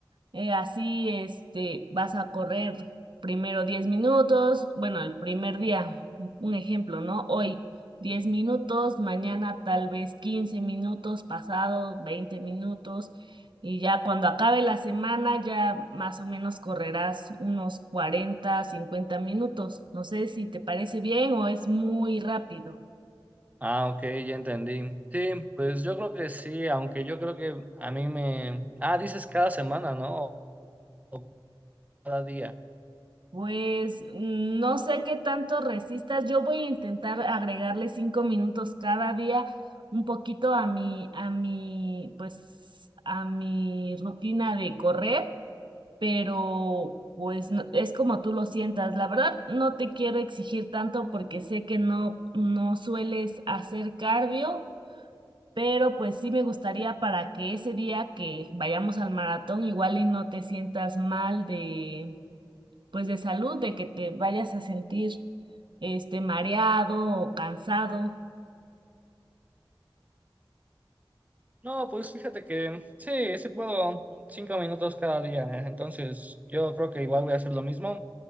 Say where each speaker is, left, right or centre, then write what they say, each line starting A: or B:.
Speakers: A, on the right; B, on the right.
A: eh, así este, vas a correr primero 10 minutos, bueno, el primer día, un ejemplo, ¿no? Hoy 10 minutos, mañana tal vez 15 minutos, pasado 20 minutos. Y ya cuando acabe la semana, ya más o menos correrás unos 40 50 minutos. No sé si te parece bien o es muy rápido.
B: Ah, ok, ya entendí. Sí, pues yo creo que sí, aunque yo creo que a mí me... Ah, dices cada semana, ¿no? O cada día.
A: Pues mm, no sé qué tanto resistas. Yo voy a intentar agregarle cinco minutos cada día, un poquito a mi, a mi, pues, a mi rutina de correr. pero pues no- es como tú lo sientas. La verdad, no te quiero exigir tanto porque sé que no, no sueles hacer cardio, pero pues sí me gustaría para que ese día que vayamos al maratón igual y no te sientas mal de, pues de salud, de que te vayas a sentir este mareado o cansado.
B: No, pues fíjate que sí, sí puedo cinco minutos cada día, ¿eh? Entonces yo creo que igual voy a hacer lo mismo